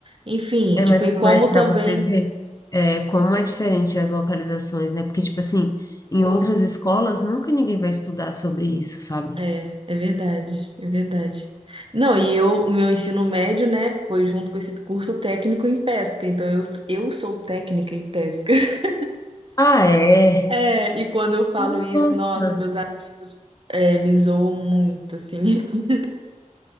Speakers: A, on the right (about 45°); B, on the left (about 25°).
A: Enfim,
B: É,
A: tipo,
B: mas,
A: e como
B: mas
A: também.
B: para você ver é, como é diferente as localizações, né? Porque, tipo assim, em outras escolas nunca ninguém vai estudar sobre isso, sabe?
A: É, é verdade, é verdade. Não, e eu, o meu ensino médio, né, foi junto com esse curso técnico em pesca, então eu, s- eu sou técnica em pesca. <laughs>
B: Ah, é?
A: É, e quando eu falo
B: Nossa!
A: isso, nossa, meus amigos, é, me zoam muito, assim. <laughs>